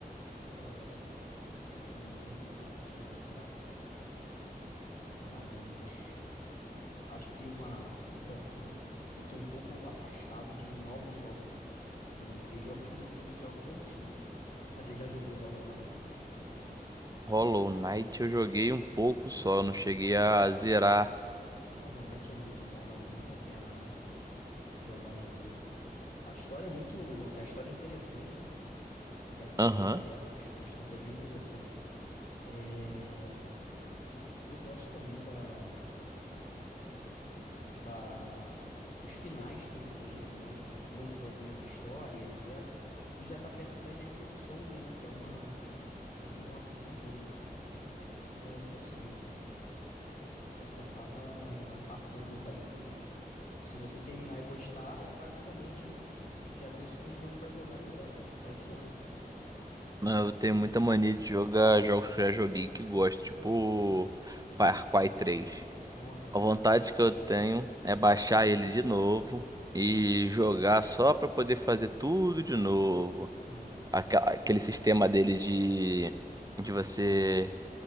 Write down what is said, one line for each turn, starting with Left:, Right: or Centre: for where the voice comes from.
Left: Olha, eu entendo pouco sobre crack, mas acho que uma. Bom, né? Eu tô um pouco afastado de novos jogos. Eu tenho <laughs> rejogado muitos jogos antigos. Mas você já jogou Hollow Knight?
Right: Hollow Knight eu joguei um pouco só, não cheguei a
Left: Nossa,
Right: zerar.
Left: Hollow Knight é muito bom, vale muito a pena jogar ele todo. A história é muito. A história é interessante, né? Apesar de serem
Right: Aham.
Left: insetos, <laughs> a história é bem interessante. É... Eu gosto também da. da, dos finais que ele tem, ele mostra um bom desenvolvimento de história, e etc. E já tá perto de sair The Silk Song, né? Que é uma continuação do jogo. E aí, assim, você acaba passando <laughs> aí. Se você terminar e gostar, é praticamente já ter o segundo jogo pra jogar em breve. Acho que sai esse ano.
Right: Não, eu tenho muita mania de jogar jogos que eu já joguei e que gosto, tipo Far Cry 3.
Left: Nossa, é muito
Right: A vontade
Left: bom
Right: que eu tenho é baixar ele de novo e jogar só pra poder fazer tudo de novo.
Left: também.
Right: Aquela- Aquele sistema dele de, de você